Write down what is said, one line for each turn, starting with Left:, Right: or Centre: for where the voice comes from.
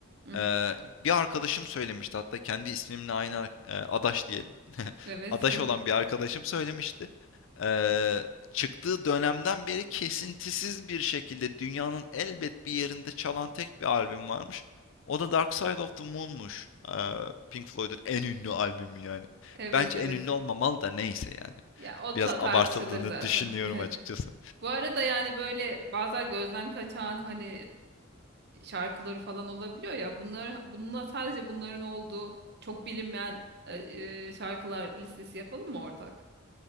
Right: Hı,
Left: Eee, bir arkadaşım söylemişti hatta kendi ismimle aynı ar- eee, Adaş diyelim. <laughs>
Right: Evet,
Left: Adaş olan bir arkadaşım söylemişti. Eee, çıktığı dönemden beri kesintisiz bir şekilde dünyanın elbet bir yerinde çalan tek bir albüm varmış. O da Dark Side of the Moon'muş. Eee, Pink Floyd'un en ünlü albümü yani.
Right: <laughs> evet,
Left: Bence
Right: evet.
Left: en ünlü olmamalı da neyse yani.
Right: Ya o ça-
Left: Biraz
Right: tartışılır
Left: abartıldığını
Right: zaten.
Left: düşünüyorum
Right: <laughs> Evet.
Left: açıkçası.
Right: Bu arada yani böyle bazen gözden kaçan hani e, şarkıları falan olabiliyor ya. Bunlar bununla sadece bunların olduğu çok bilinmeyen e, e, şarkılar listesi yapalım mı ortak?